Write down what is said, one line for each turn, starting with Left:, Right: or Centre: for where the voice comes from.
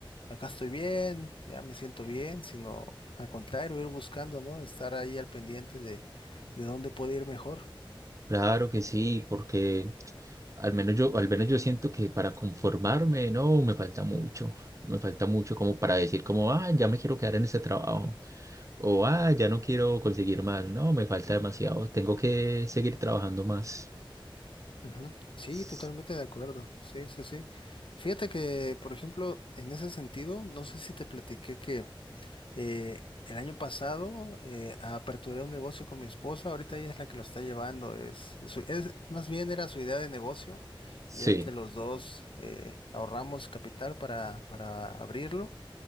Left: acá estoy bien, ya me siento bien, sino al contrario, ir buscando, ¿no? Estar ahí al pendiente de, de dónde puede ir mejor.
Right: Claro que sí, porque Al menos yo, al menos yo siento que para conformarme, no, me falta mucho. Me falta mucho como para decir como, ah, ya me quiero quedar en ese trabajo. O, ah, ya no quiero conseguir más. No, me falta demasiado. Tengo que seguir trabajando más.
Left: Ujú. Sí,
Right: S-
Left: totalmente de acuerdo. Sí, sí, sí. Fíjate que, por ejemplo, en ese sentido, no sé si te platiqué que eh, el año pasado eh, aperturé un negocio con mi esposa. Ahorita ella es la que lo está llevando. Es, es, su- es- más bien era su idea de negocio.
Right: Sí.
Left: Y ya entre los dos eh, ahorramos capital para, para abrirlo.